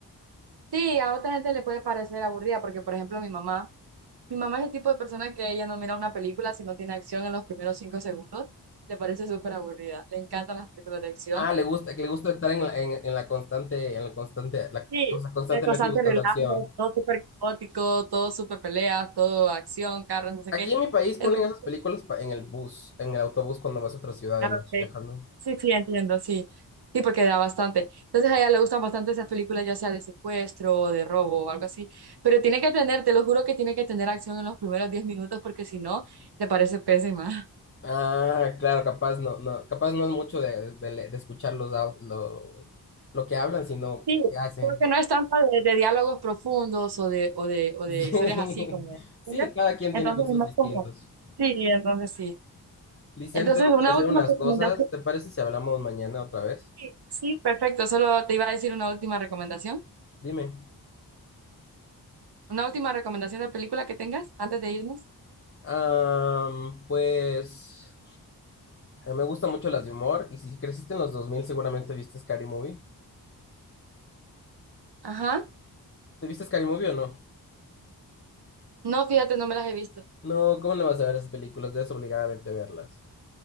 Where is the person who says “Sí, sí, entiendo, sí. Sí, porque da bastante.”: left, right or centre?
Right